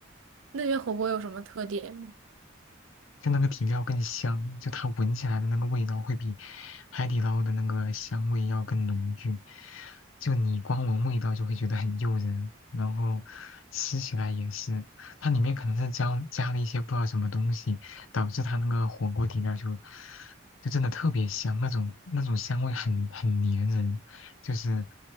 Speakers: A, on the right (about 80°); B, on the left (about 85°).
A: <laughs> 那边火锅有什么特点吗？
B: 就那个底料更香，就它闻起来的那个味道会比海底捞的那个香味要更浓郁。就你光闻味道就会觉得很诱人，然后吃起来也是，它里面可能是加加了一些不知道什么东西，导致它那个火锅底料就就真的特别香，那种那种香味很很粘人，就是